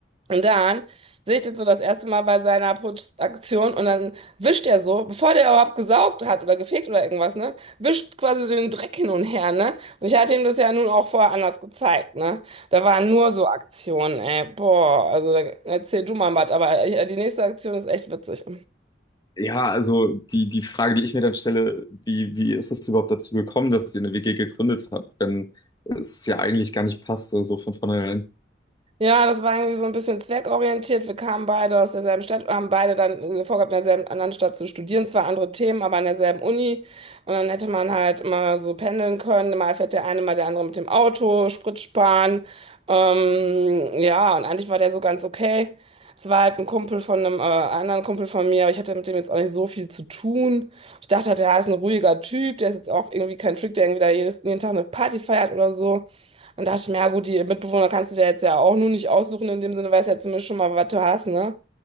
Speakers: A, on the right; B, on the left.
A: Und dann sehe ich den so das erste Mal bei seiner Putschaktion und dann wischt er so, bevor der überhaupt gesaugt hat oder gefegt oder irgendwas, ne, wischt quasi den Dreck hin und her, ne. Und ich hatte ihm das ja nun auch vorher anders gezeigt, ne. Da waren nur so Aktionen, ey, boah, also da, erzähl du mal was, aber äh, die nächste Aktion ist echt witzig.
B: Ja, also die, die Frage, die ich mir dann stelle, wie, wie ist es überhaupt dazu gekommen, dass ihr eine WG gegründet habt, wenn es ja eigentlich gar nicht passte, so so von vornherein?
A: Ja, das war irgendwie so ein bisschen zweckorientiert. Wir kamen beide aus derselben Stadt, haben beide dann äh, vorgehabt, in derselben anderen Stadt zu studieren. Zwar andere Themen, aber an derselben Uni. Und dann hätte man halt immer so pendeln können. Mal fährt der eine, mal der andere mit dem Auto, Sprit sparen. Ähm, ja, und eigentlich war der so ganz okay. Es war halt ein Kumpel von einem äh, anderen Kumpel von mir, aber ich hatte mit dem jetzt auch nicht so viel zu tun. Ich dachte, halt, der ist ein ruhiger Typ, der ist jetzt auch irgendwie kein Freak, der irgendwie da jedes, jeden Tag eine Party feiert oder so. Und dachte ich mir, ja gut, die Mitbewohner kannst du dir jetzt ja auch nur nicht aussuchen, in dem Sinne, weißt ja zumindest schon mal, was du hast, ne?